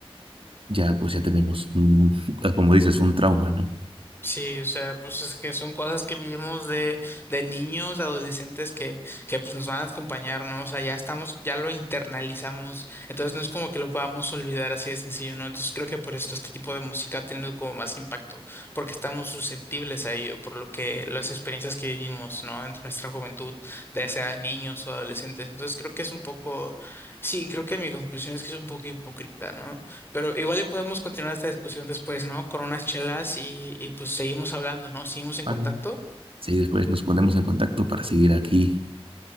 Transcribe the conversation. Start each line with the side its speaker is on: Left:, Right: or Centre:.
Right: Ya pues ya tenemos un, <laughs> como dices, un trauma, ¿no?
Left: Sí, o sea, pues es que son cosas que vivimos de, de niños, de adolescentes que, que pues nos van a acompañar, ¿no? O sea, ya estamos, ya lo internalizamos, entonces no es como que lo podamos olvidar así de sencillo, ¿no? Entonces creo que por esto este tipo de música ha tenido como más impacto, porque estamos susceptibles a ello, por lo que las experiencias que vivimos, ¿no? En nuestra juventud, ya sea niños o adolescentes. Entonces creo que es un poco, sí, creo que mi conclusión es que es un poco hipócrita, ¿no? Pero igual y podemos continuar esta discusión después, ¿no? Con unas chelas y, y pues seguimos hablando, ¿no? Seguimos en
Right: Ah,
Left: contacto.
Right: no. Sí, después nos ponemos en contacto para seguir aquí